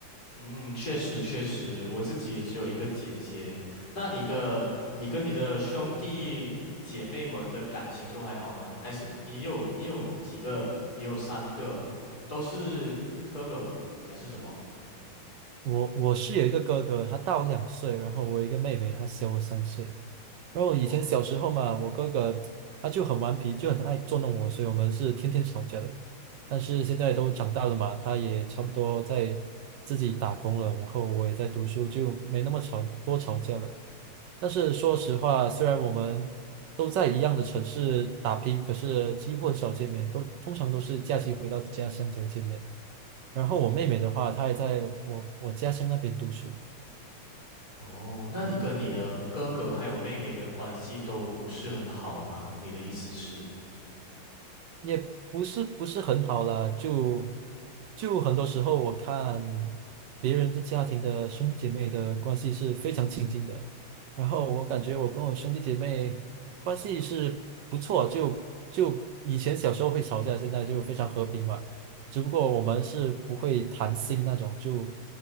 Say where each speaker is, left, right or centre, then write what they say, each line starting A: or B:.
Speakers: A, on the left (about 45°); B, on the right (about 70°).
A: 嗯，确实确实，我自己也只有一个姐姐。那你个，你跟你的兄弟姐妹们的感情都还好吗？还是你有你有几个？你有三个，都是哥哥还是什么？
B: 我我是有一个哥哥，他大我两岁，然后我有一个妹妹，她小我三岁。然后以前小时候嘛，
A: 哦
B: 我哥哥他就很顽皮，就很爱捉弄我，所以我们是天天吵架的。但是现在都长大了嘛，他也差不多在自己打工了，然后我也在读书，就没那么吵，多吵架了。但是说实话，虽然我们都在一样的城市打拼，可是几乎很少见面，都通常都是假期回到家乡才会见面。然后我妹妹的话，她也在我我家乡那边读书，
A: 哦，那你跟你的哥哥还有妹妹的关系都不是很好吗？你的意思是？
B: 也不是不是很好啦，就就很多时候我看别人的家庭的兄弟姐妹的关系是非常亲近的，然后我感觉我跟我兄弟姐妹关系是不错，就就以前小时候会吵架，现在就非常和平嘛。只不过我们是不会谈心那种，就